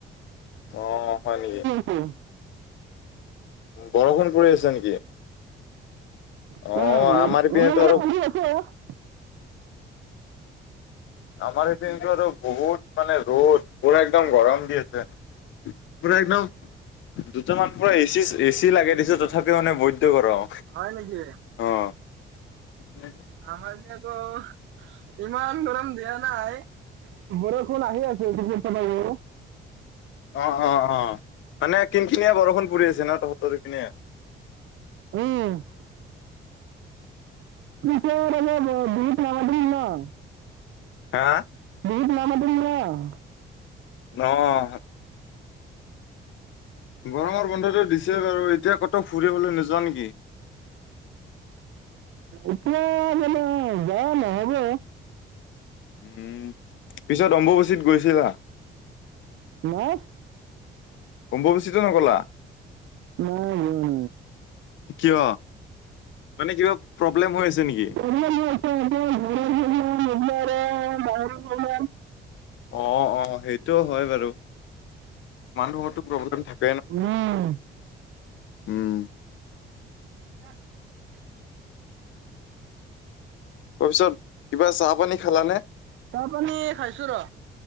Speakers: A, on the left (about 75°); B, on the right (about 75°).
A: অ', অ', হয় নেকি?
B: উম!
A: বৰষুণ পৰি আছে নেকি?
B: নেকি
A: অ, আমাৰ পিনে ত আৰু আমাৰ এইপিনেটো আৰু বহুত মানে ৰ'দ, পুৰা একদম গৰম দি আছে। পুৰা একদম দুটামান পুৰা এচি এচি লাগাই দিছোঁ তথাপিও মানে বৈত গৰম।
B: হয় নেকি?
A: অ <inaudible>
B: আমাৰ <inaudible> ইমান গৰম দিয়া নাই, বৰষুণ আহি আছে <unintelligible>
A: অ অ অ মানে কিনখিনিয়া বৰষুণ পৰি আছে ন তহতৰ এই পিনে?
B: উম <inaudible> <unintelligible>
A: হা?
B: <unintelligible>
A: <unintelligible> গৰমৰ বন্ধটো দিছে বাৰু, এতিয়া ক'তো ফুৰিবলে নোযোৱা নেকি?
B: এতিয়া মানে যোৱা নহ'ব <unintelligible>
A: উম পিছত অম্বুবচিত গৈছিলা?
B: নাই।
A: অম্বোবচিতো নগলা?
B: ন <unintelligible>
A: কিয়? মানে কিবা প্ৰব্লেম হৈ আছে নেকি?
B: <unintelligible> <unintelligible> অ <unintelligible>
A: অ অ সেইটো হয় বাৰু, মানুহৰটো প্ৰব্লেম থাকে
B: উম <unintelligible>
A: উম,
B: <inaudible>
A: তপিছত কিবা চাহ পানী খালানে?
B: চাহ পানী খাইছো ৰ,